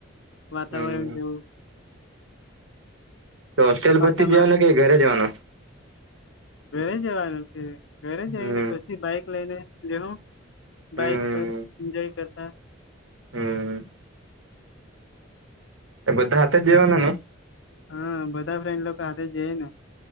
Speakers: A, on the left; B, on the right.
A: વાતાવરણ
B: હમ
A: કેવું-
B: તો હોસ્ટેલ
A: ચોમાસામાં
B: પરતી જવાનો કે ઘરે જવાનો-
A: ઘરે જવાનું છે ઘરે જઈને
B: હમ
A: કો- બાઈક લઈને જહો
B: હમ
A: બાઈક એન્જોય કરતા-
B: હમ એ બધા હાથે જવાના ને-
A: હા બધા ફ્રેન્ડ લોકો સાથેાથે જ જઈ ને-